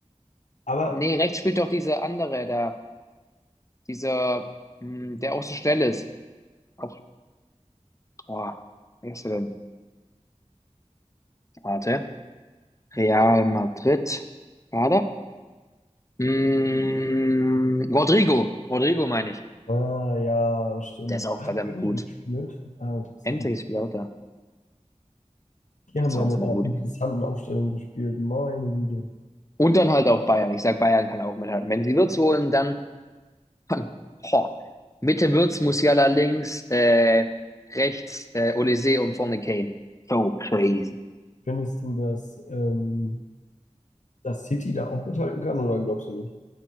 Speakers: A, on the left; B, on the left.
A: Aber,
B: nee, rechts spielt doch dieser andere da, dieser, mh, der auch so schnell ist. Auch, boah, wer ist er denn? Warte. Real Madrid. War da? Mh, Rodrigo. Rodrigo meine ich.
A: ah, ja, stimmt.
B: Der ist auch
A: Ah,
B: verdammt
A: Endrick
B: gut.
A: spielt. Ah, interessant.
B: Endlich ist wieder auch da.
A: Die
B: Der
A: haben
B: Ist
A: ja
B: auch
A: mit
B: verdammt
A: einer
B: gut.
A: interessanten Aufstellung gespielt. Meine Güte.
B: Und dann halt auch Bayern. Ich sag, Bayern kann auch mithalten. Wenn sie Wirtz holen, dann, dann ho, Mitte Wirtz, Musiala links, äh, rechts, äh, Olise und vorne Kane. So crazy.
A: Findest du, dass, ähm, dass City da auch mithalten kann oder glaubst du nicht?